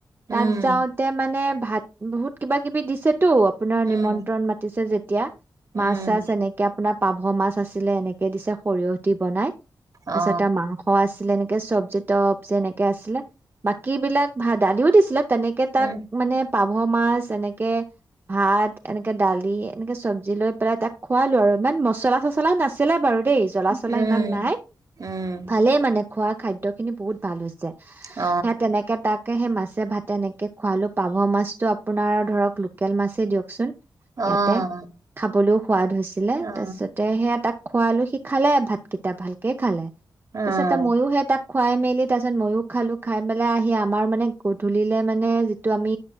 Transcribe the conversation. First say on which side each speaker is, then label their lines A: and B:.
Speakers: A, on the right (about 50°); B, on the right (about 30°).
A: উম
B: তাত যাওঁতে মানে ভাত বহুত কিবা কিবি দিছে টো, আপোনাৰ
A: উম
B: নিমন্ত্ৰণ মাতিছে যে এতিয়া মাছ
A: উম
B: চাছ এনেকে আপোনাৰ পাভ মাছ আছিলে এনেকে দিছে সৰিয়হ দি বনাই
A: অ
B: তাৰপিছত এ মাংস আছিলে নেকি এ চব্জি টপ যেনেকে আছিলে বাকী বিলাক ভা দালিও দিছিলে তেনেকে তাক
A: উম
B: মানে পাভ মাছ তেনেকে ভাত এনেকে দালি এনেকে চব্জি লৈ পেলাই তাক খোৱালো আৰু ইমান মচলা চচলাও নাছিলে বাৰু দেই জলা চলা
A: উম
B: ইমান নাই
A: উম
B: ভালেই মানে খোৱা খাদ্য খিনি বহুত ভাল হৈছে
A: অ
B: সে তেনেকে তাকে সেই মা ভাতে এনেকে খুৱালো পাভৰ মাছটোৰ আপোনাৰ ধৰক লোকেল মাছেই দিয়কচোন
A: অ'।
B: ইয়াতে খাবলৈও সোৱাদ হৈছিলে
A: অ
B: তাৰপিছতে সেয়া তাক খোৱালো, সি খালে ভাতকেইটা, ভালকে খালে।
A: অ
B: তছতে, ময়ো হে তাক খুৱাই মেলি তাৰ পিছত মইও খালো খাই পেলাই আহি আমাৰ মানে গধূলিলে মানে যিটো আমি